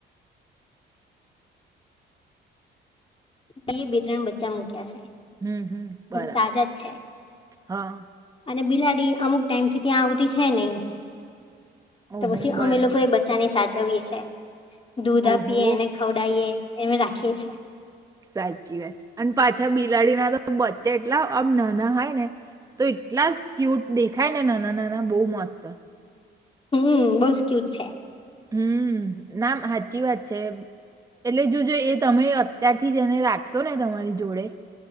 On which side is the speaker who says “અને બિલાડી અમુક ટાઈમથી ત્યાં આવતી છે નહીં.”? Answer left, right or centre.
Left